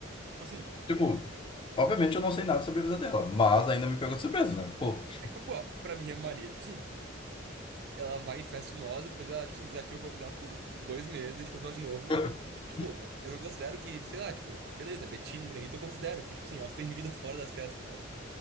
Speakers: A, on the right; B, on the left.
A: Tipo assim,
B: Tipo, obviamente eu não sei nada sobre a vida dela, mas ainda me pegou de surpresa, né? Pô,
A: é que, pô, pra mim é Maria, tipo assim, ela vai em festa nós, depois ela, tipo assim, desativa o corpo dela por dois meses, a gente encontra ela de novo.
B: <laughs>
A: Tipo, eu não considero que, sei lá, tipo, beleza, Betina, Maria Rita, eu considero que, tipo assim, elas têm vida <laughs> fora das festas, sabe?